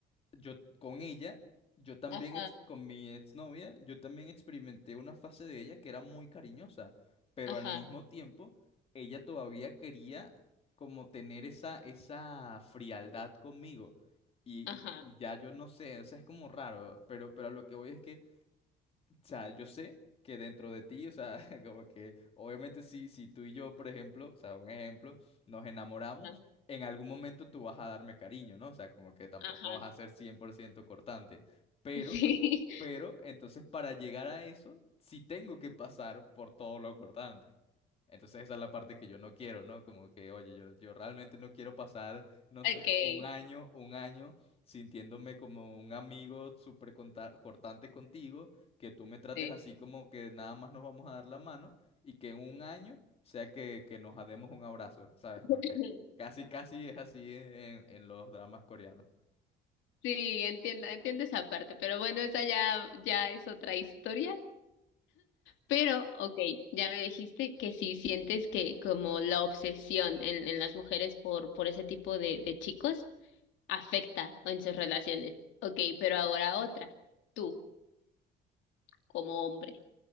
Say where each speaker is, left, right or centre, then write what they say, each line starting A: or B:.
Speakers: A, on the left; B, on the left.
A: yo con ella, yo también,
B: Ajá,
A: ex- con mi exnovia, yo también experimenté una fase de ella que era muy cariñosa, pero
B: ajá,
A: al mismo tiempo, ella todavía quería como tener esa, esa frialdad conmigo. Y,
B: ajá,
A: y- y ya yo no sé, o sea, es como raro, pero, pero a lo que voy es que o sea, yo sé que dentro de ti, o sea, <laughs> como que obviamente si, si tú y yo, por ejemplo, o sea, un ejemplo, nos enamoramos,
B: a-
A: en algún momento tú vas a darme cariño, ¿no? O sea, como que tampoco
B: ajá.
A: vas a ser 100% cortante, pero
B: Sí,
A: pero entonces para llegar a eso, sí tengo que pasar por todo lo cortante. Entonces esa es la parte que yo no quiero, ¿no? Como que, oye, yo, yo realmente no quiero pasar, no
B: <laughs>
A: sé,
B: okay,
A: un año, un año sintiéndome como un amigo súper conta- cortante contigo, que tú me trates
B: sí.
A: así como que nada más nos vamos a dar la mano y que en un año sea que, que nos demos un abrazo, ¿sabes?
B: <laughs>
A: Porque casi, casi es así en en los dramas coreanos.
B: Sí, entiendo, entiendo esa parte, pero bueno, esa ya, ya es otra historia. Pero, ok, ya me dijiste que si sientes que como la obsesión en, en las mujeres por, por ese tipo de, de chicos afecta en sus relaciones. Ok, pero ahora otra, tú como hombre